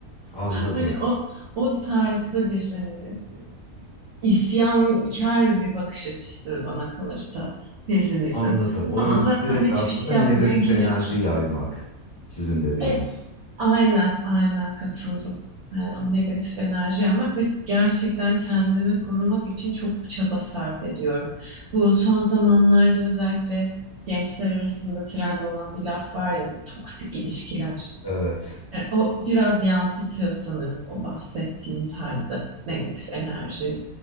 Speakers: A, on the left; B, on the right.
A: anladım.
B: Hani o o tarzda bir hani isyankar bir bakış açısı bana kalırsa pesimizm.
A: Anladım. O
B: Ama zaten
A: direkt
B: hiçbir
A: aslında
B: şey yapmaya
A: negatif
B: gerek
A: enerji
B: yok.
A: yaymak sizin dediğiniz.
B: E, aynen, aynen katıldım. E, o negatif enerji yaymak ve gerçekten kendimi korumak için çok çaba sarf ediyorum. Bu son zamanlarda özellikle gençler arasında trend olan bir laf var ya bu toksik ilişkiler.
A: Evet,
B: E, o biraz yansıtıyor sanırım o bahsettiğim tarzda negatif enerji